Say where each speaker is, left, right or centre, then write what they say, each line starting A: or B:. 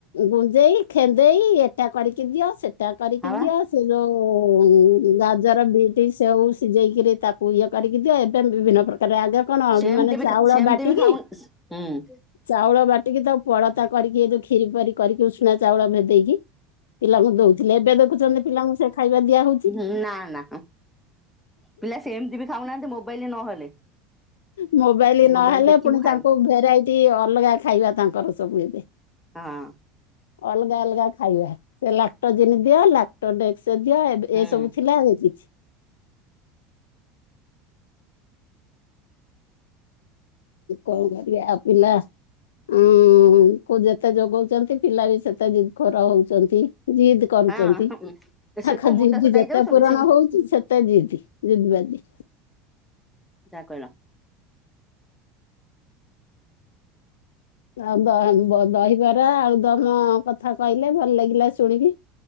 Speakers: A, on the left; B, in the centre.
A: ଗୁଞ୍ଜେଇ ଖେନ୍ଦେଇ ଏଟା କରିକି ଦିଅ ସେଟା କରିକି
B: ଆଉ
A: ଦିଅ। ସେ ଯଉ ଗାଜର, ବିଇଟି, ସେଉ ସିଜେଇକି ତାକୁ ଇଏ କରିକି ଦିଅ ଏବେ ବିଭିନ୍ନ ପ୍ରକାର ତାରେ ଆଗେ କଣ ହ
B: ସେମିତି
A: ମାନେ
B: ବି
A: ଚାଉଳ
B: ସେମିତି
A: ବାଟିକି
B: ବି ଖାଉ ହୁଁ
A: ଚାଉଳ ବାଟିକି ତ ପଳତା କରିକି ଏ ଯୋଉ କ୍ଷୀରି ପରି କରିକି ଉଷୁଣା ଚାଉଳ ଭେଦେଇକି ପିଲାଙ୍କୁ ଦଉଥିଲେ ଏବେ ଦେଖୁଛନ୍ତି ପିଲାଙ୍କୁ ସେ ଖାଇବା ଦିଆ ହଉଛି?
B: ନା ନା। ପିଲା ସେମିତି ବି ଖାଉନାହାନ୍ତି ମୋବାଇଲି ନହେଲେ।
A: ମୋବାଇଲି ନହେଲେ
B: ମୋବାଇଲ ଦେଖିବୁ
A: ପୁଣି
B: ଖାଇବୁ
A: ତାଙ୍କୁ ଭେରାଇଟି ଅଲଗା ଖାଇବା ତାଙ୍କର ସବୁ ଏବେ।
B: ହଁ।
A: ଅଲଗା ଅଲଗା ଖାଇବା ସେ ଲାକ୍ଟଜିନି ଦିଅା ଲକ୍ଟଡେସ୍କ ଦିଅ ଏବେ
B: ହୁଁ
A: ଏସବୁ ଥିଲା କିଛି? କଣ କରିବା ଆଉ ପିଲା ଉଁ ଯେତେ ଯୋଗଉଛନ୍ତି ପିଲା ବି ସେତେ ଜିଦ୍ ଖୋର ହଉଛନ୍ତି ଜିଦ୍ କରୁଛନ୍ତି
B: ହଁ
A: ତାଙ୍କ
B: ସେ କଣ ମୋଟା
A: ଜିଦି
B: ସୋଟା
A: ଯେତେ
B: ହେଇଯାଉଛନ୍ତି
A: ପୂରଣ
B: ସେ ହୁଁ
A: ହଉଛି ସେତେ ଜିଦି। ଜିଦିବାଦି।
B: ଯାହା କହିଲ।
A: ଆଉ ଦହିବାର ଆଳୁ ଦମ କଥା କହିଲେ ଭଲ ଲାଗିଲା ଶୁଣିକି।